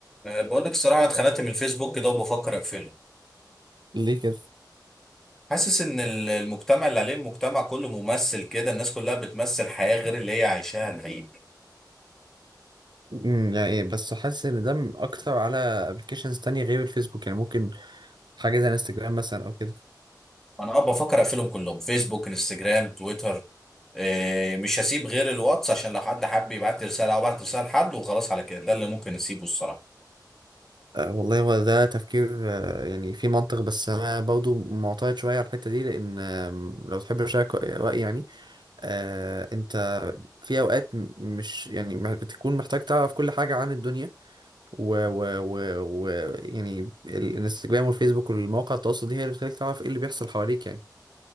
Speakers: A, in the centre; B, on the right (about 75°).
A: أه، بقول لك الصراحة أنا اتخنقت من الفيسبوك كده وبفكر أقفله
B: ليه كده
A: حاسس إن ال- المجتمع اللي عليه المجتمع كله ممثل كده الناس كلها بتمثل حياة غير اللي هي عايشاها الحقيقة
B: امم يعني إيه، بس حاسس ان ده م- اكتر على ابلكيشنز تانية غير الفيسبوك يعني ممكن حاجة زي انستجرام مثلا او كده
A: أنا أه بفكر أقفلهم كلهم فيسبوك انستجرام تويتر أه، مش هسيب غير الواتس عشان لو حد حب يبعت لي رسالة أو بعت رسالة لحد وخلاص على كده ده اللي ممكن نسيبه الصراحة
B: أه والله هو ده تفكير أه يعني في منطق بس انا برضو معترض شوية على الحتة دي لان آم، لو تحب اشارك رأيي يعني أه انت في اوقات م- مش يعني ما بتكون محتاج تعرف كل حاجة عن الدنيا و, و, و, و يعني الانستجرام والفيسبوك والمواقع التواصل دي هي اللي بتخليك تعرف ايه اللي بيحصل حواليك يعني